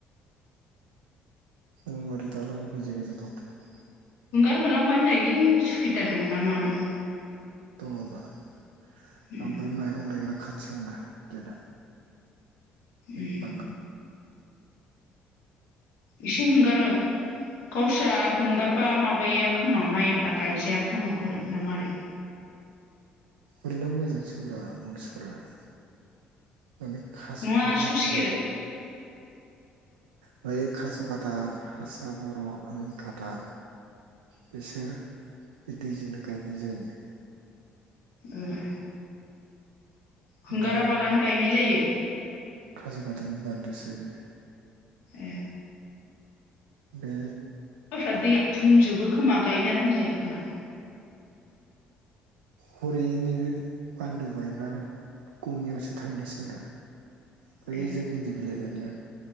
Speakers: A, on the right; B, on the left.
A: <unintelligible>
B: हरलांबानो जायो सुकिदार दं ना मा दं
A: <unintelligible> ओमफ्राय
B: उम
A: माइरं लायग्रा खाथियावना गेटआ बे
B: उम
A: बांगाल।
B: इसे हंगारो गावस्रा हंगारबा माबायो खोमा माइफ्रा गायजाया खोमा हरै ना मारै।
A: ओरैनो मोजां सोंब्रा मानसिफोरनाव। माने खास'खाथानि।
B: नङा स्लुइस गेट
A: बै कास' खाथा हारसा बर' रानि खाथा बिसोर बे दैजोंनो गायनाय जायो।
B: ए। होंगारा
A: दा
B: बालानो गायनाय जायो।
A: खास' खाथानि बान्दोसो बे।
B: ए।
A: बे।
B: हाफ्रा दैया दुमजोबो खोमा गायनो आराम जायो खोमा।
A: हरै नैबे बान्दो बायबा गंनियावसो थांनोसै। बै
B: ए
A: जों इन्दि बिलाइ लायनाया।